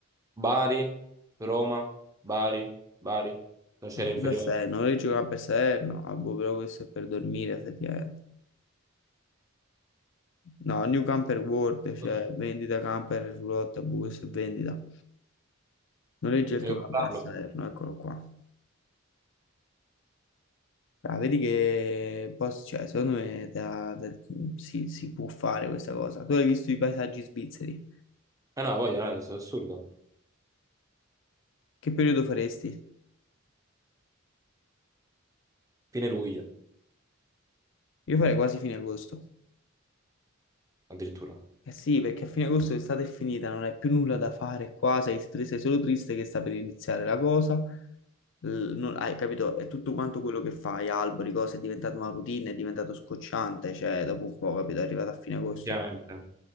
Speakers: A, on the right; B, on the left.
A: Bari, Roma, Bari, Bari. Non c'era inferiore.
B: Da Serno, io giocavo per Serno, ah, boh, però questo è per dormire effettivamente. No, New Camper World, cioè
A: Voglio
B: vendita camper e roulotte, boh, questo è vendita. Noleggia il tuo
A: comprarlo.
B: camper a Salerno, eccolo qua. Ah, vedi che posso, cioè, secondo me te la- te- si, si può fare questa cosa. Tu hai visto i paesaggi svizzeri?
A: Eh no, voglio, no, è assurdo.
B: Che periodo faresti?
A: Fine luglio,
B: Io farei quasi fine agosto.
A: addirittura.
B: Eh sì, perché a fine agosto l'estate è finita, non hai più nulla da fare qua, sei, str- sei solo triste che sta per iniziare la cosa. L- non- hai capito? È tutto quanto quello che fai, alberi, cose, è diventato una routine, è diventato scocciante, cioè dopo un po', capito, è arrivato a fine agosto.
A: Effettivamente.